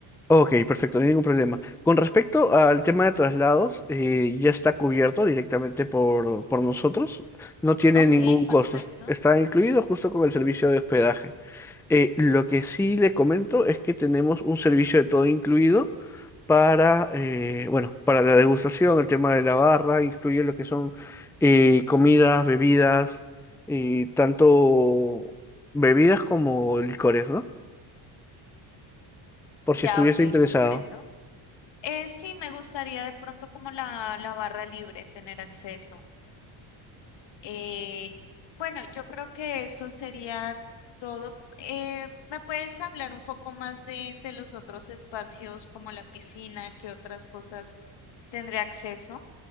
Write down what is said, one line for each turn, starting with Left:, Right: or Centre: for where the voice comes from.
Centre: Ok, perfecto, no hay ningún problema. Con respecto al tema de traslados, eh, ya está cubierto directamente por, por nosotros, no tiene
Left: Ok,
Centre: ningún
Left: perfecto.
Centre: costo, es- está incluido justo con el servicio de hospedaje. Eh, lo que sí le comento es que tenemos un servicio de todo incluido para, eh, bueno, para la degustación, el tema de la barra, incluye lo que son eh, comidas, bebidas, eh, tanto bebidas como licores, ¿no? Por si
Left: Ya,
Centre: estuviese
Left: ok,
Centre: interesado.
Left: comprendo. Eh, sí, me gustaría de pronto como la, la barra libre tener acceso. Eh, bueno, yo creo que eso sería todo. Eh, ¿me puedes hablar un poco más de, de los otros espacios como la piscina, qué otras cosas tendré acceso?